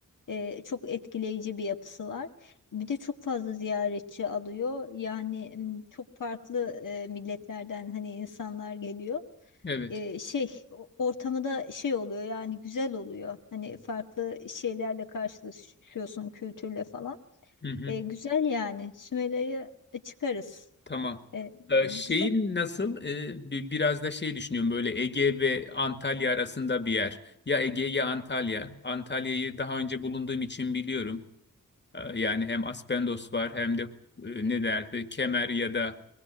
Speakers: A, on the left; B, on the left.
A: E, çok etkileyici bir yapısı var. Bir de çok fazla ziyaretçi alıyor. Yani m, çok farklı e, milletlerden hani insanlar geliyor.
B: Evet.
A: E, şey o- ortamı da şey oluyor yani güzel oluyor. Hani farklı şeylerle karşılaşıyorsun kültürle falan.
B: Hı hı.
A: E, güzel yani Sümela'yı çıkarız.
B: Tamam.
A: E,
B: Ee,
A: güzel.
B: şeyin nasıl? Ee, bi- biraz da şey düşünüyorum böyle Ege ve Antalya arasında bir yer. Ya Ege ya Antalya. Antalya'yı daha önce bulunduğum için biliyorum. Ee, yani hem Aspendos var hem de e, ne derdi Kemer ya da